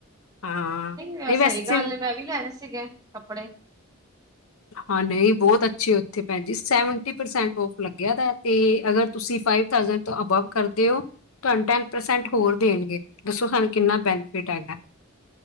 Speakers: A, on the left; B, on the right.
A: ਹਾਂ
B: ਇਹ
A: ਨਹੀਂ
B: ਸਹੀ
A: ਵੈਸੇ
B: ਗੱਲ ਹੈ, ਮੈਂ ਵੀ ਲੈਣੇ ਸੀਗੇ ਕੱਪੜੇ
A: ਹਾਂ ਨਹੀਂ ਬਹੁਤ ਅੱਛੇ ਉੱਥੇ ਭੈਣ ਜੀ ਸੈਵਨਟੀ ਪਰਸੈਂਟ ਔਫ ਲੱਗਿਆ ਦਾ ਤੇ ਅਗਰ ਤੁਸੀਂ ਫਾਈਵ ਥਾਸੈਂਡ ਤੋਂ ਅਬਵ ਕਰਦੇ ਹੋ ਤੁਹਾਨੂੰ ਟੈਨ ਪਰਸੈਂਟ ਹੋਰ ਦੇਣਗੇ ਦੱਸੋ ਸਾਨੂੰ ਕਿੰਨਾ ਬੈਨੀਫਿਟ ਹੈਗਾ